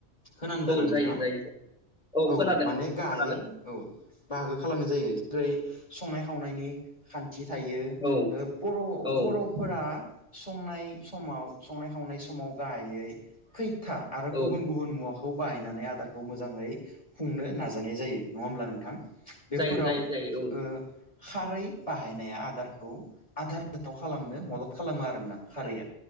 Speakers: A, on the left (about 30°); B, in the centre.
A: होनान दोना
B: औ
A: नोंथाङा
B: जायो जायो जायो
A: औ
B: खोनादों
A: माने गाहायै
B: खोनादों
A: औ। बाहागो खालामनाय जायो जेरै संनाय खावनायनि खान्थि थायो
B: औ
A: ओ बर'-बर'फोरा
B: औ
A: संनाय समाव संनाय खावनाय समाव गाहायै खै था आरो
B: औ
A: गुबुन गुबुन मुवाखो खौ बाहायनानै आदारखौ मोजाङै खुंनो नाजानाय जायो नङा होमब्ला नोंथां। बेफोराव
B: जायो जायो
A: ओ
B: जायो
A: खारै बाहायनाया आदारखौ आदार गोथाव खालामनो मदद खालामो आरोना खारैया।